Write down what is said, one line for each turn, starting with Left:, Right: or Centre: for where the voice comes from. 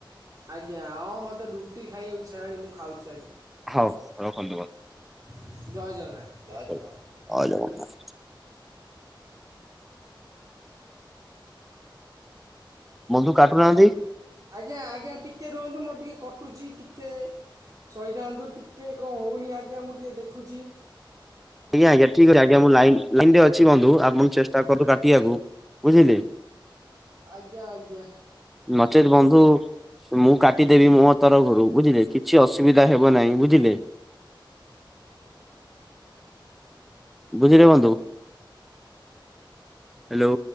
Right: ଆଜ୍ଞା ହଁ ମତେ ରୁଟି ଖାଇଆକୁ ଇଚ୍ଛା ହେଲାଣି ମୁଁ ଖାଉଚି।
Centre: ହୋଉ ରଖନ୍ତୁ।
Right: ଜୟ ଜଗନ୍ନାଥ। ଜୟ ଜଗନ୍ନାଥ
Centre: ଜୟ ଜଗନ୍ନାଥ। ବନ୍ଧୁ କାଟୁ ନାହାନ୍ତି।
Right: ଆଜ୍ଞା ଆଜ୍ଞା ଟିକେ ରୁହନ୍ତୁ ମୋର ଟିକେ କଟୁଚି ଟିକେ ସହିଯାଆନ୍ତୁ ଟିକେ କଣ ହଉନି ଆଜ୍ଞା ମୁଁ ଟିକେ ଦେଖୁଚି।
Centre: ଆଜ୍ଞା ଆଜ୍ଞା ଠିକ କରି ଆଜ୍ଞା ମୁଁ ଲାଇନ୍ ଲାଇନରେ ଅଛି ବନ୍ଧୁ ଆପଣ ଚେଷ୍ଟା କରନ୍ତୁ କାଟିଆକୁ ବୁଝିଲେ।
Right: ଆଜ୍ଞା ଆଜ୍ଞା
Centre: ନଚେତ୍‌ ବନ୍ଧୁ ମୁଁ କାଟିଦେବି ମୋ ତରଫରୁ ବୁଝିଲେ କିଛି ଅସୁବିଧା ହେବ ନାହିଁ ବୁଝିଲେ। ବୁଝିିଲେ ବନ୍ଧୁ? ହ୍ୟାଲୋ!